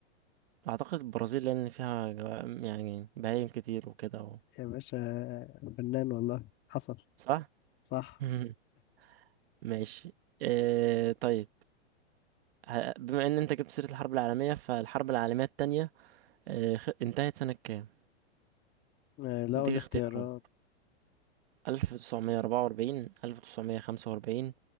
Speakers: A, on the right; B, on the left.
A: اعتقد البرازيل لان فيها جو- يعني بهايم كتير وكده و...
B: يا باشا فنان والله حصل
A: صح
B: صح
A: <laughs> مم. ماشي آه طيب ه- بما ان انت جبت سيرة الحرب العالمية فالحرب العالمية التانية آه خ... انتهت سنة كام؟
B: آه، لقوا
A: اديك
B: الاختيارات
A: اختيارات ألف تسعمية أربعة وأربعين ألف تسعمية خمسة وأربعين